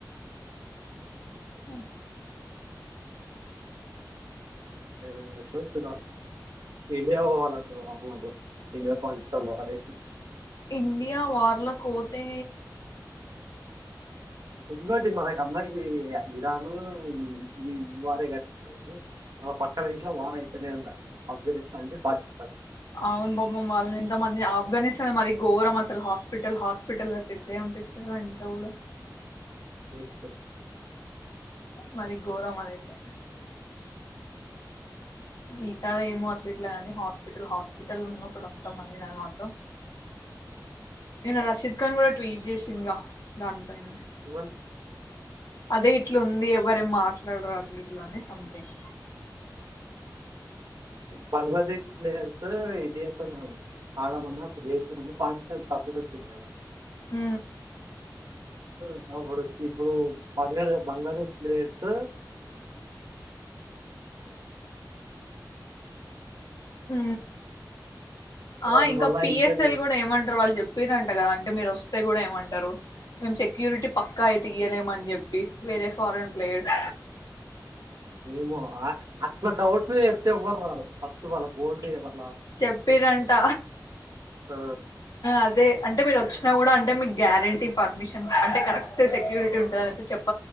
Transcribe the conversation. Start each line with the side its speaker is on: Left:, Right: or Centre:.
Left: అ
Right: ఏవి స కాల ఇండియా పోవాలంటడి ఇండియా పాకిస్తన్ లోరే
Left: ఇండియా వార్ల పోతే
Right: ఇకోటి మనకు అందరికి ఇరాన్ ఈ ఈ ఈ వారే కానిపిస్తుంది మన పక్కన ఇంట్లో వార అయితేనే ఉందా ఆఫ్ఘనిస్తాన్ంట పాకిస్తాన్
Left: అవును బాబమ్ వాళ్ళని ఎంత మంది ఆఫ్ఘనిస్తానే మరి గఘోరం అసలు హాస్పిటల్ హాస్పిటల్ అట్ ఎట్లే పంపిస్తార ఎంత కూడా
Right: తెస్
Left: మరి ఘోరం అద అయితే ఈత ఏమో అట్ల ఇట్లాగాని హాస్పిటల్ హాస్పిటల్ ఉన్నప్పుడు అంత మంది నా అది మాత్రం నేను రషీద్ ఖాన్ కూడా ట్వీట్ చేసిందిగా దానిపైన
Right: కేవల్
Left: అదే ఇట్లు ఉంది ఎవరే మా లాడులులోనే సమంతింగ్
Right: పనివాది ప్లేయర్స్ ఇండియాతో ఆడమన్నా అప్పుడు చేసన్నా పాకిస్తాన్ తప్పుడు వచ్చింది కద
Left: హ
Right: అడ వచ్చి ఇప్పుడు బంగ్ బంగ్లాదేశ్ ప్లేట్
Left: హ ఆ
Right: వాళ్ళు
Left: ఇంకా
Right: మళ్ళీ
Left: పిఎస్ఎల్
Right: ఐపీఎల్
Left: కూడా ఏమంటారు వాళ్ళు చెప్పరంట కదా అంటే మీరు వస్తే కూడా ఏమంటారు ంటారు మేము సెక్యూరిటీ పక్కా అయ్తేయలేమ అని చెప్పి వేరే ఫారెన్ ప్లేయర్స్
Right: ఏమో అట్లా డౌట్ మీద ఎతే ఇవ్వరు ఫస్ట్ వా బోర్డు ఇవ్వాలి
Left: చెప్పరంట
Right: ఆ,
Left: అదే అంటే మీరు వచ్చినా కూడా అంటే మీకు గ్యారెంటీ పర్మిషన్ అంటే కరెక్ట్ సెక్యూరిటీ ఉంటుద అయితే చెప్ప